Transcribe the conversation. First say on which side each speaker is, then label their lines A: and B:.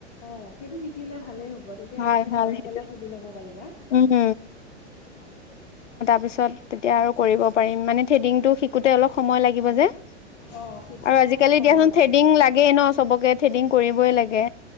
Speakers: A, on the left (about 45°); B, on the left (about 85°).
A: অ সেইটো শিকিলে ভালেই হ'ব তেতিয়া
B: ভাল
A: মানে
B: ভাল
A: পালা
B: সেইটো
A: চালাহ খুলি ল'ব পাৰিবা
B: উম তাৰপিছত তেতিয়া আৰু কৰিব পাৰিম মানে থ্ৰেডিংটো শিক কোতে অলপ সময় লাগিব যে আৰু
A: অ শিকোতে
B: আজিকালি
A: সময়
B: দিয়াচোন
A: লাগে
B: থ্ৰেডিং লাগেইে ন চবকে থ্ৰেডিং কৰিবই লাগে